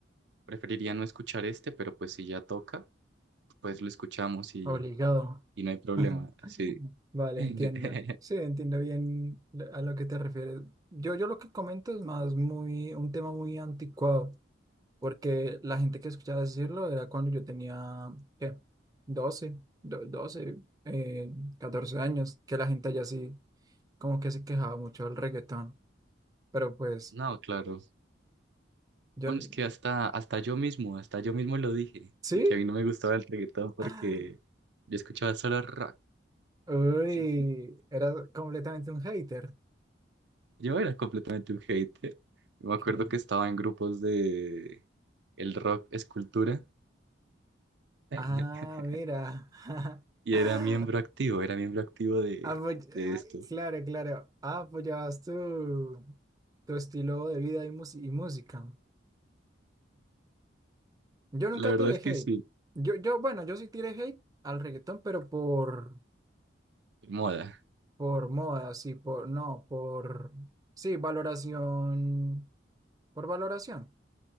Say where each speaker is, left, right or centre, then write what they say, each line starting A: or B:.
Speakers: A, on the right (about 65°); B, on the right (about 20°).
A: Preferiría no escuchar este, pero pues si ya toca, pues lo escuchamos y,
B: Obligado.
A: y no hay problema.
B: <laughs>
A: Sí.
B: Vale,
A: <laughs>
B: entiendo. Sí, entiendo bien lo- a lo que te refieres. Yo, yo lo que comento es más muy, un tema muy anticuado, porque la gente que escuchaba decirlo era cuando yo tenía, ¿qué? 12, do- 12 eh, 14 años, que la gente allá sí, como que se quejaba mucho del reggaetón. Pero pues,
A: No, claro.
B: yo,
A: Bueno,
B: n-
A: es que hasta, hasta yo mismo, hasta yo mismo lo dije,
B: ¿sí?
A: de que a mí no me gustaba el reggaetón porque
B: <laughs>
A: yo escuchaba solo rock.
B: Uy,
A: <laughs>
B: era completamente un hater.
A: Yo era completamente un hater. Yo me acuerdo
B: que-
A: que estaba en grupos de el rock es cultura <laughs>
B: Ah, mira. <laughs>
A: y era miembro activo, era miembro activo de,
B: Apoy-
A: de
B: Ay,
A: esto.
B: Claro, claro. Ah, apoyabas tu, tu estilo de vida y, mus- y música. Yo nunca
A: La verdad
B: tiré
A: es
B: hate.
A: que sí,
B: Yo, yo, bueno, yo sí tiré hate al reggaetón, pero por,
A: moda.
B: por moda, sí, por, no, por, sí, valoración, por valoración.